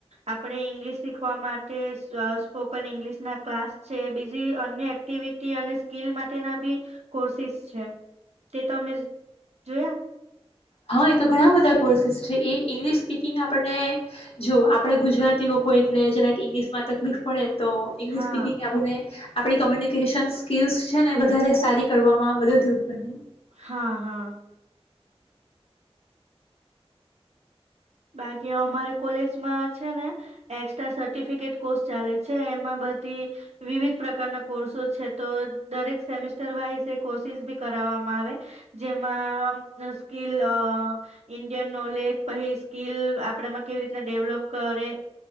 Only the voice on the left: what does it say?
હા એ તો ઘણા બધા કોર્સિસ છે, એ ઇંગ્લિશ સ્પીકિંગ આપણને જો આપણે ગુજરાતી લોકો એટલે જરા કે ઇંગ્લિશમાં તકલીફ પડે, તો ઇંગલિશ
સ્પીકિંગ એમને, આપણી કોમ્યુનિકેશન સ્કીલ્સ છે ને વધારે સારી કરવામાં મદદરૂપ બને